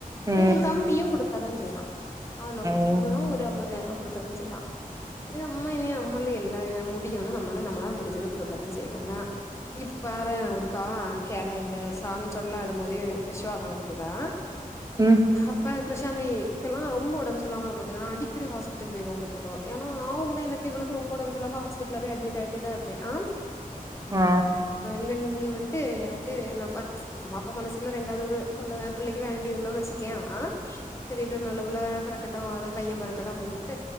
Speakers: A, on the left (about 20°); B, on the right (about 25°).
A: அப்பற
B: ம்
A: எ தம்பியு குடுக்கதா செய்றா அவனு
B: ம்
A: அவனு ஒரு ஐம்பதாயிரூவா குடுக்கதா செய்றா இது நம்ம இனி நம்மளு எல்லா முடியுன்னா நம்மளு நம்மளால முடிஞ்சது குடுக்கத்தா செய்லா நா இப்பாரே ஒருக்கா கேளே இந்த சாமி சொட்ல்ல ஆடும் போதே விஷ்வா தா பாத்துக்க
B: ம்
A: அப்பா கிருஷாணிகெல்லா ரொம்ப உடம்பு சரியில்லாமல் வரு பாத்துக்கோ நா அடிக்கடி ஹாஸ்பிட்டல் போயிருவோ பாத்துக்கோ ஏனா ஆ உனா எனக்கு இவளுக்கு ரொம்ப ஒடம்பு சரியில்லாம ஹாஸ் பிட்டல போய் அட்மிட் ஆயிட்டே தா இருப்பே ஆம்
B: ஆ
A: இவன் வன்ட்டு எனக்கு நா பன் அம்மா அப்பா மனசுக்குள்ள ரெண்டாவது ஒரு கொ பிள்ளைக்கு வேண்டி இருந்தோ வச்சிக்கோ ங்க செரி இப்டி ஒரு நல்ல பிள்ள பி றக்கட்டும் ஒரு பைய பொறக்கட்டு அப்டியில்டு